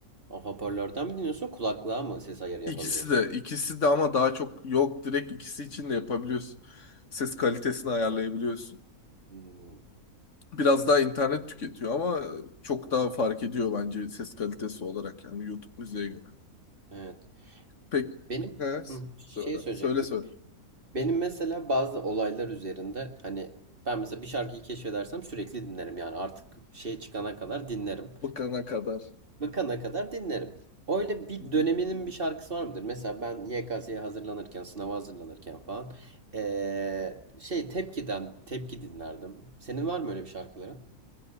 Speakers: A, on the right (about 35°); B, on the left (about 55°).
A: O hoparlörden mi dinliyorsun? Kulaklığa mı ses ayarı yapabiliyorsun?
B: İkisi de, ikisi de ama daha çok yok direkt ikisi için de yapabiliyorsun. Ses kalitesini ayarlayabiliyorsun.
A: Hmm,
B: Biraz daha internet tüketiyor ama çok daha fark ediyor bence ses kalitesi olarak yani YouTube müziğe göre.
A: evet.
B: Pek
A: Benim
B: he,
A: hı, şey
B: söyle.
A: söyleyecektim.
B: Söyle söyle.
A: Benim mesela bazı olaylar üzerinde hani ben mesela bir şarkıyı keşfedersem sürekli dinlerim yani artık şey çıkana kadar dinlerim.
B: Bıkana kadar.
A: Bıkana kadar dinlerim. Öyle bir
B: Hı hı.
A: döneminin bir şarkısı var mıdır? Mesela ben YKS'ye hazırlanırken, sınava hazırlanırken falan ee, şey Tepki'den Tepki dinlerdim. Senin var mı öyle bir şarkıların?